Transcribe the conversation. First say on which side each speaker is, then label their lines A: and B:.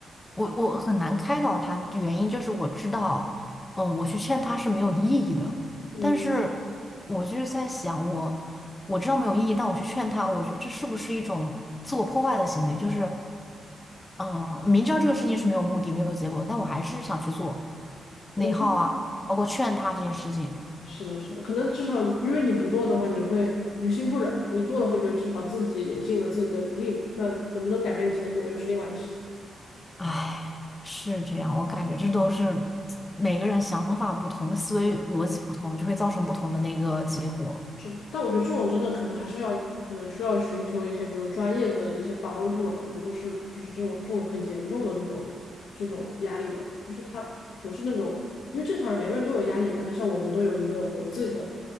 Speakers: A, on the left (about 20°); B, on the left (about 80°).
A: 我我很难开导他，原因就是我知道，嗯，我去劝他是没有意义的，
B: 嗯，
A: 但是我就是在想，我我知道没有意义，但我去劝他，我觉得这是不是一种自我破坏的行为？就是，嗯，明知道这个事情是没有目的、没有结果，但我还是想去做
B: 我觉得
A: 内耗啊，包括劝他这件事情。
B: 是的，是的，可能至少因为你不做的话，你会于心不忍吧；你做了，会觉得至少自己也尽了自己的力嘛。那能不能改变结果，又是另外的事情。
A: 唉，是这样，我感觉这都是每个人想法不同，的思维逻辑不同，
B: 嗯
A: 就会造成不同的那个结果。
B: 是，但我觉得这种真的可能还是要，可能需要寻求一些，比如专业的一些帮助了吧。如果是就是这种这种很严重的这种这种压力的话，就是他不是那种，因为正常人每个人都有压力嘛，但是我们都有一个我们自己的